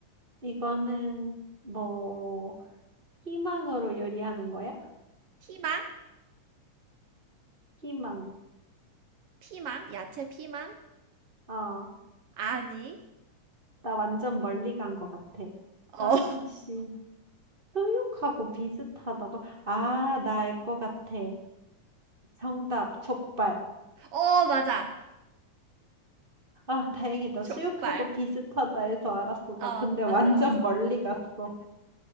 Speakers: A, on the right; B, on the right.
A: 이거는 뭐 희망으로 요리하는 거야?
B: 피망?
A: 희망.
B: 피망? 야채 피망?
A: 어,
B: 아니.
A: 나 완전 멀리 간 것 같아.
B: 어,
A: 아, 씨. 수육하고 비슷하다고? 아, 나 알 것 같아. 정답, 족발.
B: <laughs> 어, 맞아.
A: 아, 다행이다.
B: 족발.
A: 수육하고 비슷하다 해서 알았어.
B: 어,
A: 나 근데 완전
B: 맞아, 맞아.
A: 멀리 갔어.